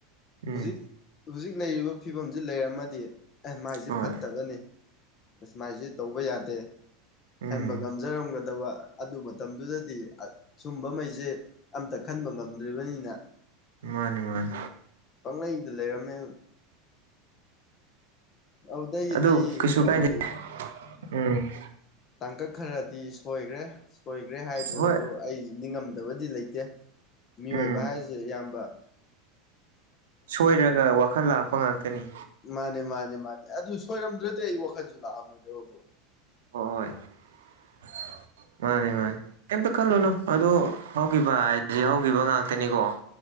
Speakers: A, on the right; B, on the left.
A: ꯎꯝ
B: ꯍꯧꯖꯤꯛ ꯍꯧꯖꯤꯛ ꯂꯩꯔꯤꯕ ꯐꯤꯕꯝꯁꯤ ꯂꯩꯔꯝꯃꯗꯤ ꯑꯦ ꯃꯥꯏꯁꯦ
A: ꯍꯣꯏ
B: ꯐꯠꯇꯕꯅꯤ꯫ ꯃꯥꯏꯁꯤ ꯇꯧꯕ ꯌꯥꯗꯦ
A: ꯎꯝ
B: ꯈꯟꯕ ꯉꯝꯖꯔꯝꯒꯗꯕ ꯑꯗꯨ ꯃꯇꯝꯗꯨꯗꯗꯤ ꯁꯨꯝꯕꯈꯩꯁꯦ ꯑꯝꯇ ꯈꯟꯕ ꯉꯝꯗ꯭ꯔꯤꯕꯅꯤꯅ
A: ꯃꯥꯅꯤ ꯃꯥꯅꯤ꯫
B: ꯄꯥꯡꯂꯩꯗ ꯂꯩꯔꯝꯃꯦ ꯑꯗꯨꯗꯒꯤꯗꯤ
A: ꯑꯗꯨ ꯀꯩꯁꯨ
B: ꯑꯩꯒꯤ
A: ꯀꯥꯏꯗꯦ ꯎꯝ꯫
B: ꯇꯥꯡꯀꯛ ꯈꯔꯗꯤ ꯁꯣꯏꯈ꯭ꯔꯦ ꯁꯣꯏꯈ꯭ꯔꯦ ꯍꯥꯏꯗꯨꯅꯁꯨ
A: ꯍꯣꯏ
B: ꯑꯩ ꯅꯤꯡꯉꯝꯗꯕꯗꯤ ꯂꯩꯇ ꯂꯩꯇꯦ ꯃꯤꯑꯣꯏꯕ
A: ꯎꯝ
B: ꯍꯥꯏꯁꯦ ꯢꯌꯥꯝꯕ꯫
A: ꯁꯣꯏꯔꯒ ꯋꯥꯈꯜ ꯂꯥꯛꯄ ꯉꯥꯛꯇꯅꯤ
B: ꯃꯥꯅꯦ ꯃꯥꯅꯦ ꯃꯥꯅꯦ ꯑꯗꯨ ꯁꯣꯏꯔꯝꯗ꯭ꯔꯗꯤ ꯑꯩ ꯋꯥꯈꯟꯁꯨ ꯂꯥꯛꯑꯝꯃꯣꯏꯗꯕ ꯀꯣ
A: ꯍꯣꯏ <unintelligible> ꯃꯥꯅꯦ ꯃꯥꯅꯦ ꯀꯩꯝꯇ ꯈꯜꯂꯨꯅꯨ ꯑꯗꯣ ꯍꯧꯈꯤꯕ ꯍꯥꯏꯁꯦ ꯍꯧꯈꯤꯕ ꯉꯥꯛꯇꯅꯤꯀꯣ